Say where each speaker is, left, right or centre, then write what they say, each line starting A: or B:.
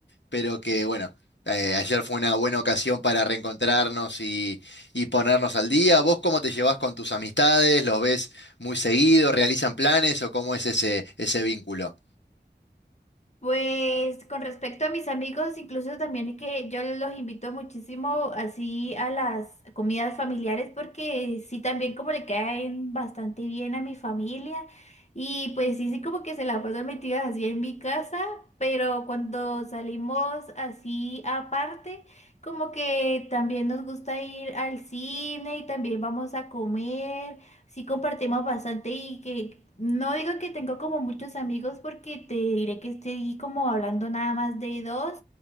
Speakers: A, on the left; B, on the left.
A: pero que bueno, eh, ayer fue una buena ocasión para reencontrarnos y, y ponernos al día. ¿Vos cómo te llevás con tus amistades? ¿Los ves muy seguido? ¿Realizan planes o cómo es ese, ese vínculo?
B: Pues con respecto a mis amigos, incluso también que yo los invito muchísimo así a las comidas familiares porque sí también como le caen bastante bien a mi familia y pues sí, sí como que se la pasan metidas así en mi casa, pero cuando salimos así aparte, como que también nos gusta ir al cine y también vamos a comer. sí compartimos bastante y que no digo que tengo como muchos amigos porque te diré que estoy como hablando nada más de dos